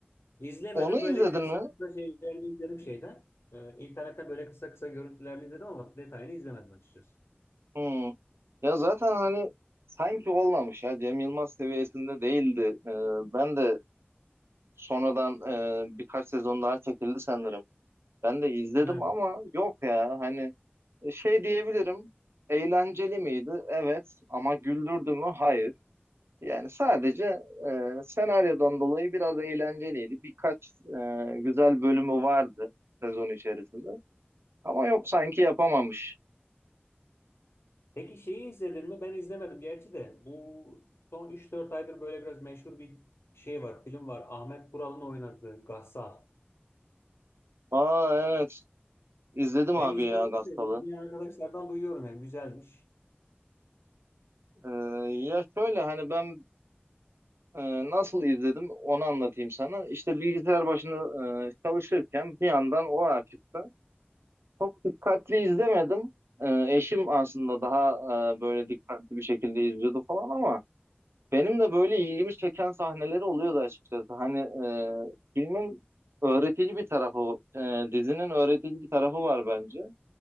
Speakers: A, on the left; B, on the right.
A: İzlemedim.
B: Onu izledin
A: Böyle kısa
B: mi?
A: kısa şeylerini izledim şeyden. E, internetten böyle kısa kısa görüntülerini izledim ama detayını izlemedim açıkçası.
B: Hmm. Ya zaten hani sanki olmamış ya Cem Yılmaz seviyesinde değildi. Ee, ben de sonradan e, birkaç sezon daha çekildi sanırım. Ben de izledim
A: Hı.
B: ama yok ya hani e, şey diyebilirim. Eğlenceli miydi? Evet. Ama güldürdü mü? Hayır. Yani sadece e, senaryodan dolayı biraz eğlenceliydi. Birkaç e, güzel bölümü vardı sezon içerisinde. Ama yok sanki yapamamış.
A: Peki şeyi izledin mi? Ben izlemedim gerçi de. Bu son üç dört aydır böyle biraz meşhur bir şey var, film var. Ahmet Kural'ın oynadığı Gassal.
B: Aa evet. izledim
A: Ben
B: abi
A: izlemedim
B: ya Gastal'ı.
A: de izleyen arkadaşlardan duyuyorum yani güzelmiş.
B: Ee, ya şöyle hani ben e, nasıl izledim onu anlatayım sana. İşte bilgisayar başında e, çalışırken bir yandan o açıktı. Çok dikkatli izlemedim. Ee, eşim aslında daha e, böyle dikkatli bir şekilde izliyordu falan ama benim de böyle ilgimi çeken sahneleri oluyordu açıkçası. Hani e, filmin öğretici bir tarafı, e, dizinin öğretici bir tarafı var bence.